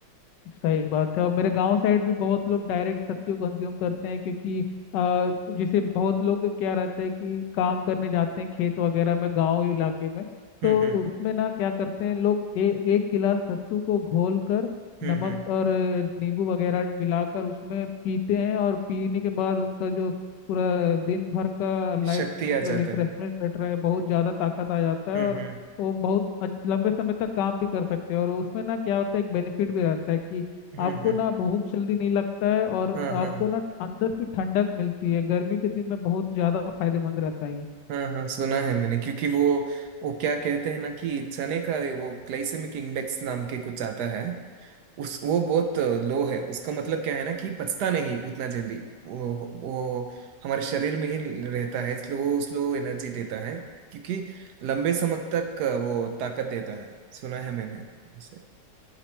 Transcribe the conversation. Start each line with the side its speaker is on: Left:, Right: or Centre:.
Left: सही बात है और मेरे गांव साइड भी बहुत लोग डायरेक्ट सत्तू कंज्यूम करते हैं क्योंकि अ, जैसे बहुत लोग क्या रहता है कि काम करने जाते हैं खेत वगैरह में गांव इलाके में तो
Right: हम्म हम्म
Left: उसमें ना क्या करते हैं लोग ए, एक गिलास सत्तू को घोल कर
Right: हम्म
Left: नमक
Right: हम्म
Left: और अ, नींबू वगैरह मिलाकर उसमें पीते हैं और पीने के बाद उनका जो पूरा दिन भर का लाइफ
Right: शक्ति
Left: मतलब
Right: आ जाता
Left: रिफ्रेशमेंट
Right: है
Left: रहता है बहुत ज़्यादा ताकत आ जाता है
Right: हम्म
Left: और
Right: हम्म
Left: वो बहुत अच- लंबे समय तक काम भी कर सकते हो और उसमें ना क्या होता है एक बेनिफिट भी रहता है कि
Right: हम्म
Left: आपको
Right: हम्म
Left: ना भूख जल्दी नहीं लगता है और
Right: हाँ हाँ
Left: आपको ना अंदर से ठंडक मिलती है गर्मी के दिन में बहुत ज़्यादा फायदेमंद रहता है ये
Right: हाँ हाँ सुना है मैंने क्योंकि वो वो क्या कहते हैं ना कि चने का वो ग्लाइसेमिक इंडेक्स नाम के कुछ आता है उस वो बहुत लो है उसका मतलब क्या है ना कि पचता नहीं उतना जल्दी वो वो हमारे शरीर में ही रहता है इसलिए वो स्लो एनर्जी देता है क्योंकि लंबे समय तक वो ताकत देता है सुना है मैंने इसे